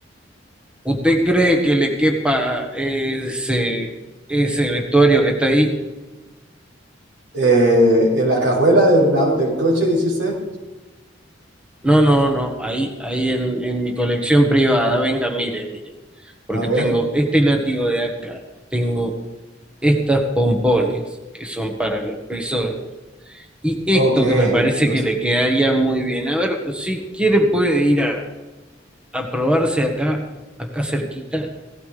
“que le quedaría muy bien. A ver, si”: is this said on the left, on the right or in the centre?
Centre